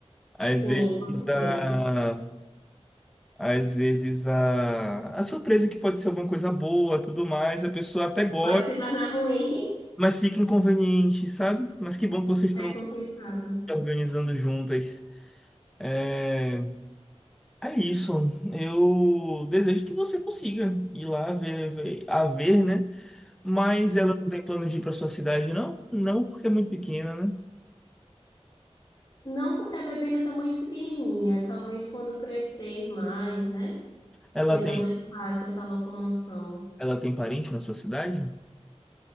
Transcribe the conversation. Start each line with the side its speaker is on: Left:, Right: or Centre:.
Centre: Às
Left: Sim,
Centre: vezes
Left: com certeza.
Centre: a Às vezes a, a surpresa que pode ser alguma coisa boa, tudo mais, a pessoa até gosta,
Left: Pode se tornar ruim.
Centre: mas fica inconveniente, sabe? Mas que bom que vocês
Left: <laughs>
Centre: estão
Left: É complicado.
Centre: organizando juntas. É, é isso. Eu desejo que você consiga ir lá ver, ver- a ver, né? Mas ela não tem plano de ir para sua cidade, não? Não, porque é muito pequena, né?
Left: Não porque a bebê ainda está muito pequenininha. Talvez quando crescer mais, né?
Centre: Ela
Left: Seja
Centre: tem,
Left: mais fácil essa locomoção.
Centre: ela tem parente na sua cidade?